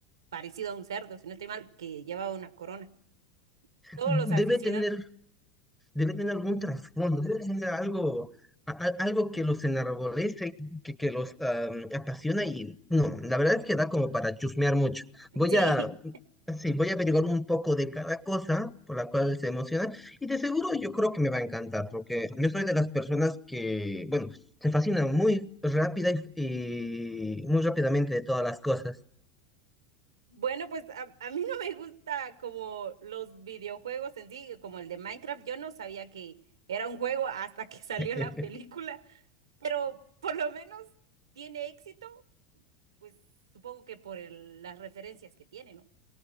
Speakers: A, on the right; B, in the centre.
A: parecido a un cerdo, si no estoy mal, que llevaba una corona. Todos
B: debe
A: los aficionados.
B: tener, debe tener algún trasfondo, debe tener algo, a- a- algo que los enarbolece, que, que los am, apasiona y no, la verdad es que da como para chusmear mucho. Voy
A: <laughs> Sí,
B: a, sí, voy a averiguar un poco de cada cosa por la cual se emociona y de seguro yo creo que me va a encantar porque yo soy de las personas que, bueno, se fascina muy rápida y, y muy rápidamente de todas las cosas.
A: Bueno, pues a, a mí no me gusta como los videojuegos en sí, como el de Minecraft. Yo no sabía que era un juego hasta que <laughs> salió
B: <laughs>
A: la película, pero por lo menos tiene éxito, pues supongo que por el- las referencias que tiene, ¿no?